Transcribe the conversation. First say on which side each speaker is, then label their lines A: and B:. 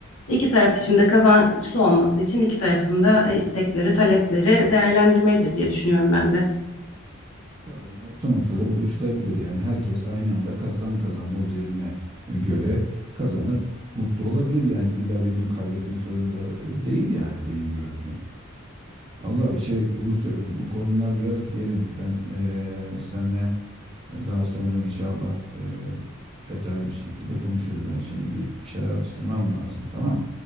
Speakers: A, on the left (about 75°); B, on the right (about 25°).
A: İki taraf için de kazançlı olması için iki tarafın da e, istekleri, talepleri değerlendirmelidir diye düşünüyorum ben de.
B: Tabii yani orta noktada buluşulabilir. Yani herkes aynı anda kazan kazan modeline e, göre kazanıp mutlu olabilir. Yani illa birinin kaybetmek zorunda e, değil yani benim gördüğüm. Allah şey Buse, bu konular biraz derin. Ben eee seninle e, daha sonra inşallah e, detaylı bir şekilde konuşuruz. Ben şimdi gidip bir şeyler atıştırmam lazım. Tamam.